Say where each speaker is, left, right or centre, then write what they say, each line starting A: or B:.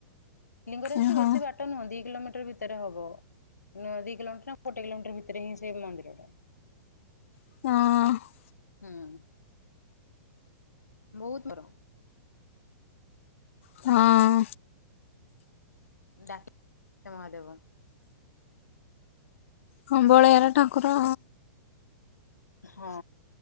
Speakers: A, on the left; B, on the left.
A: ଲିଙ୍ଗରାଜଠୁ
B: ଓହୋ
A: ବେଶୀ ବାଟ ନୁହନ୍ତି। କିଲୋମିଟର ଭିତରେ ହବ, ନ ଦି କିଲୋମିଟର, ଗୋଟେ କିଲୋମିଟର ଭିତରେ ହିଁ ସେ ମନ୍ଦିର ଟା।
B: ହଁ।
A: ହୁଁ, ବହୁତ ଥର।
B: ହଁ।
A: ଡା ସେ ମହାଦେବ।
B: ହଁ ବଳିଆର ଠାକୁର।
A: ହଁ